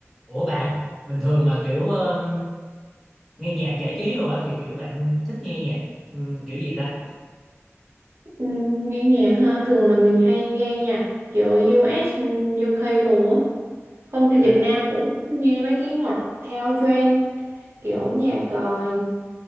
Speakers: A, in the centre; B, on the right.
A: Ủa bạn, bình thường mà kiểu um, nghe nhạc giải trí đồ á thì kiểu bạn thích nghe nhạc um, kiểu gì ta?
B: Ừm, nghe nhạc ha thường là mình hay nghe nhạc kiểu US ừm, UK đồ á không thì Việt
A: À,
B: Nam cũng nghe mấy cái nhạc theo trend kiểu nhạc ờ,